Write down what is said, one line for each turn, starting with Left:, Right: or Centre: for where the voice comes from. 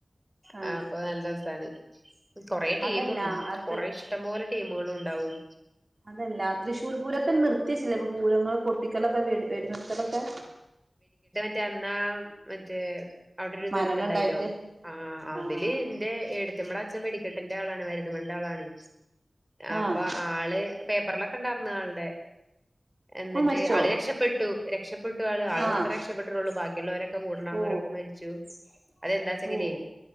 Right: ആഹ്
Centre: ആ അപ്പൊ നല്ല രസാണ് കുറേ ടീമും
Right: അതല്ല അത്
Centre: കുറെ ഇഷ്ടം പോലെ ടീമുകളും ഉണ്ടാവും
Right: അതല്ല തൃശ്ശൂർ പൂരത്തിൽ നിർത്ത <unintelligible> പൂരങ്ങൾ പൊട്ടിക്കലൊക്കെ വേ വെടി നിർത്തലൊക്കെ
Centre: എന്നാ മറ്റേ അവിടെ ഒരു
Right: മരണണ്ടായിട്ട്
Centre: ദുരന്തുണ്ടായില്ലോ ആ അതില്
Right: ആഹ്
Centre: എന്റെ ഏട്ത്തിമ്മേട അച്ഛൻ വെടി കിട്ടന്റെ ആളാണ് മരന്ന് മെന്റെ ആളാണ്. അപ്പൊ
Right: ആഹ്
Centre: ആള് പേപ്പറിലൊക്കെ ഉണ്ടായിന്ന ആളുടെ എന്നിട്ട്
Right: ഓൻ മരിച്ചോ
Centre: ആളി രക്ഷപ്പെട്ടു രക്ഷപ്പെട്ട ആള് ആൾ
Right: ആഹ്
Centre: മാത്രമേ രക്ഷപ്പെട്ടിട്ടുള്ളൂ ബാക്കിയുള്ളവരൊക്കെ കൂടണാർന്നവരക്കെ
Right: ഓ
Centre: മരിച്ചു. അതെന്താച്ചെങ്കില്യും
Right: ഓ